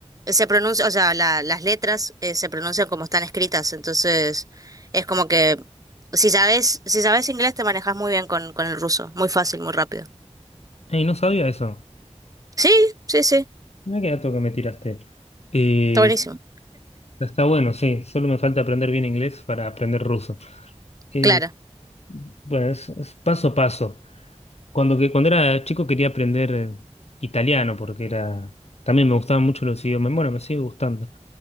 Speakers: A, on the right; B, on the left.
A: mm, se pronuncia, o sea, la- las letras eh, se pronuncian como están escritas, entonces es como que si sabes, si sabes inglés te manejas muy bien con, con el ruso, muy fácil, muy rápido.
B: Ey, no sabía eso.
A: Sí, sí, sí,
B: Mirá qué dato que me tiraste. Eh,
A: está buenísimo.
B: está bueno, sí. Solo me falta aprender bien inglés para aprender ruso. Eh,
A: Clara.
B: bueno, es, es paso a paso. Cuando, que, cuando era chico quería aprender eh, italiano porque era... También me gustaban mucho los idiomas. Bueno, me sigue gustando.